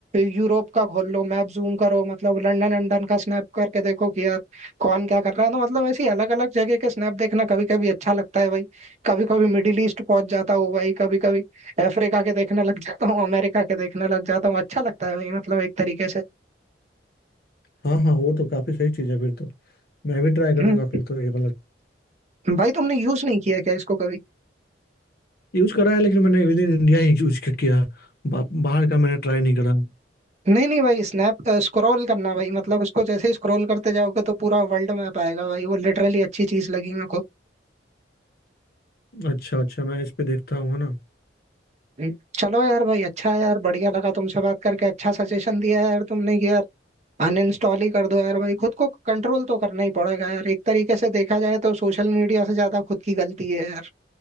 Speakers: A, on the right; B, on the left.
A: यूरोप का खोल लो मैप जूम करो मतलब लंदन लंदन का स्नैप करके देखो कि यार कौन क्या कर रहा है तो मतलब ऐसी अलग अलग जगह के स्नैप देखना कभी कभी अच्छा लगता है भाई कभी कभी मिडिल ईस्ट पहुंच जाता हूँ भाई कभी कभी अफ्रीका के देखने लग जाता हूँ अमेरिका के देखने लग जाता हूँ अच्छा लगता है भाई मतलब एक तरीके से
B: हाँ हाँ वो तो काफी सही चीज है फिर तो मैं भी ट्राई करूंगा
A: हम्म।
B: फिर तो ये वाला
A: भाई तुमने यूज नहीं किया क्या इसको कभी
B: यूज करा है लेकिन मैंने विद इन इंडिया ही यूज किया बा, बाहर का मैंने ट्राई नहीं करा
A: नहीं नहीं भाई स्नैप स्क्रॉल करना भाई मतलब उसको जैसे ही स्क्रॉल करते जाओगे तो पूरा वर्ल्ड मैप आएगा भाई वो लिटरली अच्छी चीज लगी मेरे को
B: अच्छा अच्छा मैं इस पे देखता हूँ है ना
A: हम्म। चलो यार भाई अच्छा है यार बढ़िया लगा तुमसे बात करके अच्छा सजेशन दिया है यार तुमने कि यार अनइंस्टॉल ही कर दो यार भाई खुद को कंट्रोल तो करना ही पड़ेगा यार एक तरीके से देखा जाए तो सोशल मीडिया से ज्यादा खुद की गलती है यार